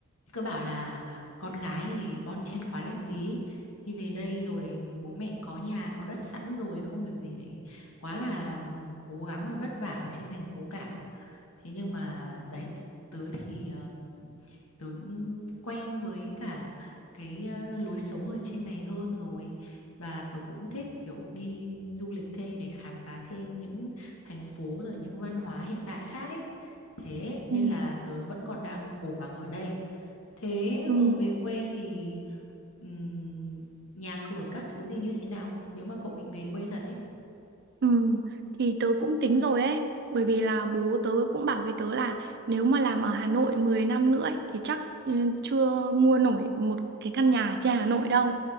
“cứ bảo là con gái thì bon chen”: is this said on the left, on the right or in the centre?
Left